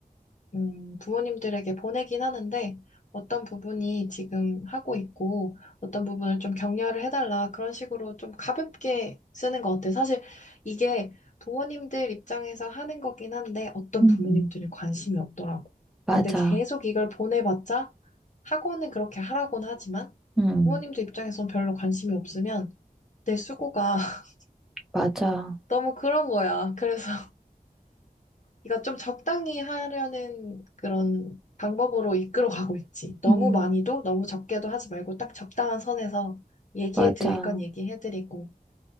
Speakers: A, on the left (about 50°); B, in the centre.
A: 음, 부모님들에게 보내긴 하는데 어떤 부분이 지금 하고 있고 어떤 부분을 좀 격려를 해달라 그런 식으로 좀 가볍게 쓰는 것 같아요. 사실 이게 부모님들 입장에서 하는 거긴 한데 어떤
B: 음,
A: 부모님들은 관심이 없더라고.
B: 맞아.
A: 근데 계속 이걸 보내봤자 학원은 그렇게 하라고는 하지만
B: 음,
A: 부모님들 입장에선 별로 관심이 없으면 내 수고가 <laughs>
B: 맞아.
A: 너무 그런 거야. 그래서 이거 좀 적당히 하려는 그런 방법으로 이끌어 가고 있지. 너무
B: 음,
A: 많이도 너무 적게도 하지 말고 딱 적당한 선에서 얘기해
B: 맞아.
A: 드릴 건 얘기해 드리고